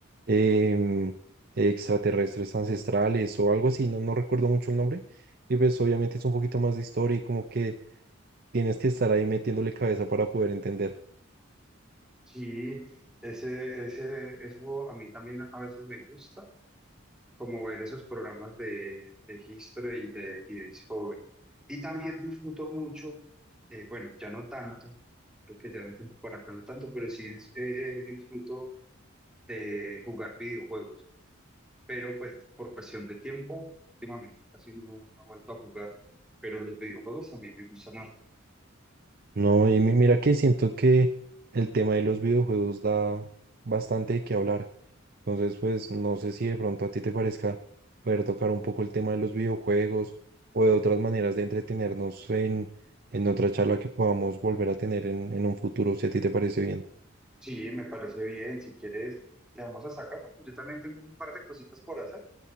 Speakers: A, on the right (about 45°); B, in the centre.
A: em, extraterrestres ancestrales o algo así, no, no recuerdo mucho el nombre. Y pues obviamente es un poquito más de historia y como que Tienes que estar ahí metiéndole cabeza para poder entender.
B: Sí, ese, ese, eso a mí también a veces me gusta, como ver esos programas de, de History y de, y de Discovery. Y también disfruto mucho, eh, bueno, ya no tanto, creo que ya no tengo por acá no tanto, pero sí dis- eh, eh, disfruto de jugar videojuegos. Pero pues por presión de tiempo, últimamente casi no, no he vuelto a jugar, pero los videojuegos a mí me gustan harto.
A: No, y mi- mira que siento que el tema de los videojuegos da bastante de qué hablar. Entonces, pues no sé si de pronto a ti te parezca poder tocar un poco el tema de los videojuegos o de otras maneras de entretenernos en, en otra charla que podamos volver a tener en, en un futuro, si a ti te parece bien.
B: Sí, me parece bien, si quieres, te vamos a sacar, porque yo también tengo un par de cositas por hacer.